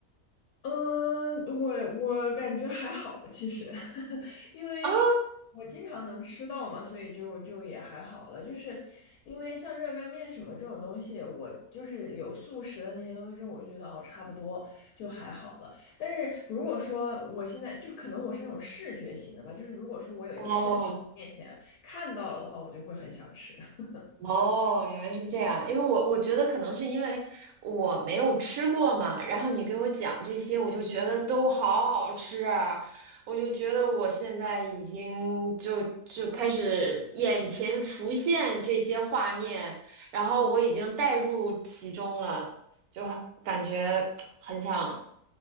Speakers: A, on the left; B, on the right.
A: 嗯，我我感觉还好，其实，<laughs> 因为我经常能吃到嘛，
B: 啊，
A: 所以就就也还好了。就是因为像热干面什么这种东西，我就是有素食的那些东西之后，我就觉得哦，差不多就还好了。但是如果说我现在就可能我是那种视觉型的吧，就是如果说我有一个视频面前看到了的话，
B: 哦，
A: 我就会很想吃。<laughs>
B: 哦，原来是这样，因为我我觉得可能是因为我没有吃过嘛，然后你给我讲这些，我就觉得都好好吃啊，我就觉得我现在已经就就开始眼前浮现这些画面，然后我已经带入其中了，就感觉很想